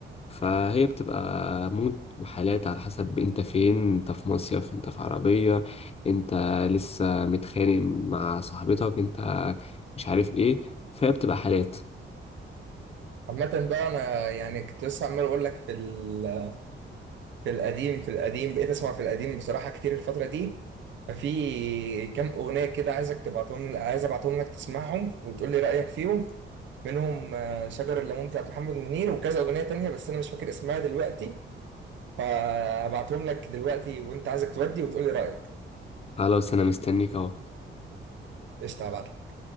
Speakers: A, on the left; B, on the right.
A: فهي بتبقى مود وحالات على حسب انت فين انت في مصيف انت في عربية انت لسه متخانق مع صاحبتك انت مش عارف ايه فهي بتبقى حالات
B: عامه بقى انا يعني كنت لسه عمال اقول لك في ال- في القديم في القديم بقيت اسمع في القديم بصراحه كتير الفتره دي ففي كام اغنيه كده عايزك تبعتهم عايز ابعتهم لك تسمعهم وتقول لي رايك فيهم منهم آه، شجر الليمون بتاعت محمد منير وكذا اغنيه تانية بس انا مش فاكر اسمها دلوقتي فابعتهم لك دلوقتي وانت عايزك تودي وتقول لي رايك
A: خلاص انا مستنيك اهو
B: قشطه هبعت